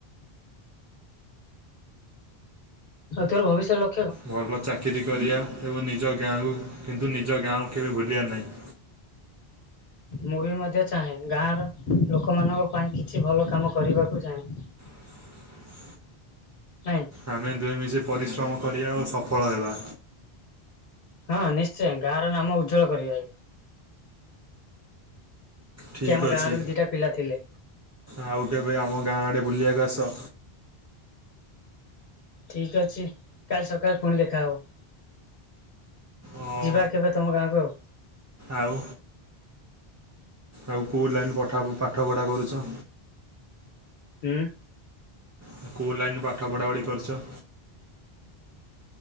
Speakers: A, on the left; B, on the right.
A: <unintelligible> ଭବିଷ୍ୟ ଲକ୍
B: ଭଲ ଚାକିରି କରିବା ଏବଂ ନିଜ ଗାଁକୁ କିନ୍ତୁ ନିଜ ଗାଁକୁ କେବେ ଭୁଲିବା ନାହିଁ।
A: ମୁଁ ବି ମଧ୍ୟ ଚାହେଁ, ଗାଁର ଲୋକମାନଙ୍କ ପାଇଁ କିଛି ଭଲ କାମ କରିବାକୁ ଚାହେଁ।
B: <inaudible>
A: କାଇଁ।
B: ଆମେ ଦୁହେଁ ମିଶି ପରିଶ୍ରମ କରିବା ଓ ସଫଳ ହେବା।
A: ହଁ ନିଶ୍ଚୟ ଗାଁ ର ନାମ ଉଜ୍ଜ୍ୱଳ କରିବା।
B: ଠିକ୍
A: କି ଆମ
B: ଅଛି।
A: ଗାଁରୁ ଦିଟା ପିଲା ଥିଲେ
B: ଆଉ କେବେ ଆମ ଗାଁ ଆଡ଼େ ବୁଲିବାକୁ ଆସ।
A: ଠିକ୍ ଅଛି କାଲି ସକାଳେ ପୁଣି ଦେଖାହେବ।
B: ଆଉ
A: ଯିବା କେବେ ତମ ଗାଁକୁ ଆଉ।
B: ଆଉ ଆଉ କୋଉ ଲାଇନ୍ ପଠା ପାଠ ପଢ଼ା କରୁଛ?
A: ଉଁ?
B: ତ କଉ ଲାଇନ୍ ରେ ପାଠ ପଢ଼ାପଢ଼ି କରିଚ?